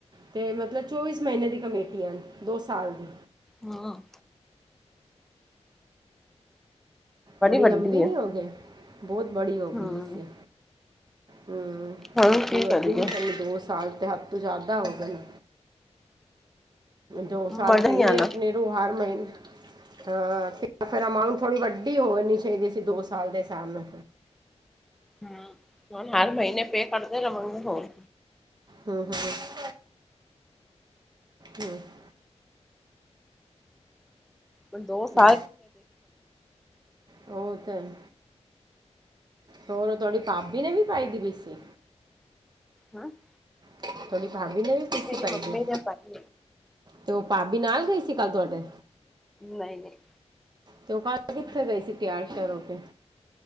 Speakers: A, on the right; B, in the centre.
A: ਤੇ ਮਤਲਬ ਚੌਵੀਸ ਮਹੀਨੇ ਦੀ ਕਮੇਟੀ ਹਨ, ਦੋ ਸਾਲ ਦੀ।
B: ਹਾਂ।
A: ਬੜੀ
B: ਵੱਡੀ
A: ਲੰਬੀ ਨੀ
B: ਹੈ
A: ਹੋ ਗਏ। ਬਹੁਤ ਬੜੀ ਹੋ
B: ਹੂੰ
A: ਗਈ ਲਿੱਸੀ, ਹਮਮ
B: ਹੁਣ
A: ਇਤਨੀ
B: ਕੀ
A: ਵੱਡੀ
B: ਕਰੀਏ
A: ਨੀ ਕਰਨੀ, ਦੋ ਸਾਲ ਤੇ ਹੱਦ ਤੋਂ ਜਾਦਾ ਹੋ ਗਏ ਨੇ। ਦੋ ਸਾਲ
B: ਮਜ਼ਾ
A: ਤੇ
B: ਨੀ
A: ਇਵੇ
B: ਆਣਾ
A: ਈ ਆਪਣੇ ਨੂੰ ਹਰ ਮਹੀਨੇ ਹਾਂ ਤੇ ਫੇਰ ਅਮਾਊਂਟ ਥੋੜੀ ਵੱਡੀ ਹੋਣੀ ਚਾਹੀਦੀ ਸੀ ਦੋ ਸਾਲ ਦੇ ਹਿਸਾਬ ਨਾਲ
B: ਹਮ, ਹੁਣ ਹਰ ਮਹੀਨੇ ਪੇਅ ਕਰਦੇ ਰਵਾਂਗੇ ਹੋਰ
A: ਹਮ ਹਮ ਹਮ <unintelligible> <inaudible>
B: ਹੁਣ ਦੋਸਤ <unintelligible>
A: <unintelligible> ਉਹ ਤੇ ਹੈ ਈ ਹੋਰ ਉਹ ਤੁਆਡੀ ਭਾਬੀ ਨੇ ਵੀ ਪਾਈ ਦੀ ਬੀ ਸੀ
B: ਹੈਂ <unintelligible>
A: ਤੁਹਾਡੀ ਭਾਬੀ ਨੇ ਵੀ ਬੀ ਸੀ ਪਾਈ
B: ਮੰਮੀ
A: ਜੇ
B: ਨੇ ਪਾਈ
A: ਤੇ ਉਹ ਭਾਬੀ ਨਾਲ ਗਈ ਸੀ ਕੱਲ੍ਹ ਤੁਹਾਡੇ।
B: ਨਹੀਂ ਨਹੀਂ
A: ਤੇ ਉਹ ਕੱਲ ਕਿੱਥੇ ਗਈ ਸੀ ਤਿਆਰ ਸ਼ੈਆਰ ਹੋ ਕੇ?